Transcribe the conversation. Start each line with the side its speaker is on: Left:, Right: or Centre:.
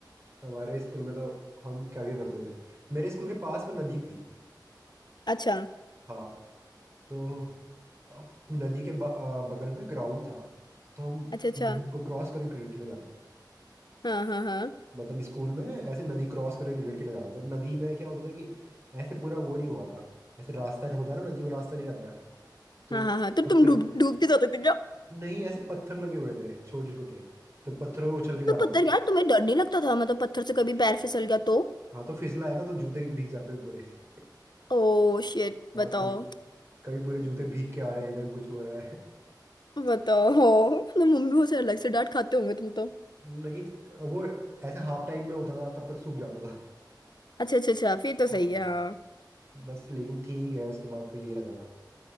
Right: हमारे स्कूल में तो हम क्या क्या करते थे मेरे स्कूल के पास में नदी थी
Left: अच्छा
Right: हाँ तो अ, नदी के ब, अ, बगल में ग्राउंड था तो हम
Left: अच्छा अच्छा
Right: नदी को क्रॉस करके क्रिकेट खेले जाते थे
Left: हाँ हाँ हाँ
Right: मतलब स्कूल में ऐसे नदी क्रॉस करके क्रिकेट खेला जाता था तो नदी में क्या होता था कि ऐसे पूरा वो नहीं हुआ था ऐसे रास्ता होता है ना नदी में रास्ता नहीं रहता है तो
Left: हाँ हाँ हाँ तो
Right: पत्थर
Left: तुम डूब डूबते जाते थे क्या
Right: नहीं ऐसे पत्थर लगे हुए थे छोटे छोटे तो पत्थरों में उछल के जा
Left: तो
Right: रहा हूँ
Left: पत्थर यार तुम्हें डर नहीं लगता था मतलब पत्थर से कभी पैर फिसल गया तो
Right: हाँ तो फिसला है ना तो जूते भीग जाते थे पूरे <laughs>
Left: ओ शिट
Right: हाँ
Left: बताओ
Right: कभी कभी पूरे जूते भीग के आ रहे हैं कभी कुछ हो रहा है
Left: बताओ <laughs> मतलब मम्मी से अलग से डांट खाते होंगे तुम तो
Right: नहीं तो- वो ऐसे हाफ टाइम में होता था तब तक सूख जाता था
Left: अच्छा अच्छा अच्छा फिर तो
Right: हाँ
Left: सही है हाँ
Right: बस लेकिन ठीक है उसके बाद तो यही रहता था